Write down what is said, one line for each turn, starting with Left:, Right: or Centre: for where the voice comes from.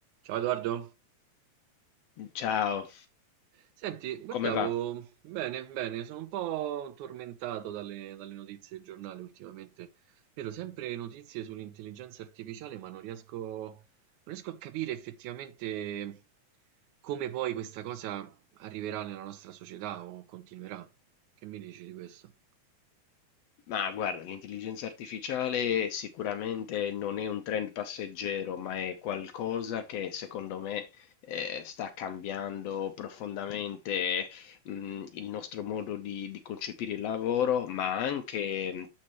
Right: Ciao Edoardo,
Left: Ciao,
Right: senti, guardavo
Left: come va?
Right: bene, bene, sono un po' tormentato dalle, dalle notizie del giornale ultimamente. Vedo sempre notizie sull'intelligenza artificiale, ma non riesco, non riesco a capire effettivamente come poi questa cosa arriverà nella nostra società o continuerà. Che mi dici di questo?
Left: Ma guarda, l'intelligenza artificiale sicuramente non è un trend passeggero, ma è qualcosa che secondo me eh, sta cambiando profondamente mh, il nostro modo di, di concepire il lavoro, ma anche,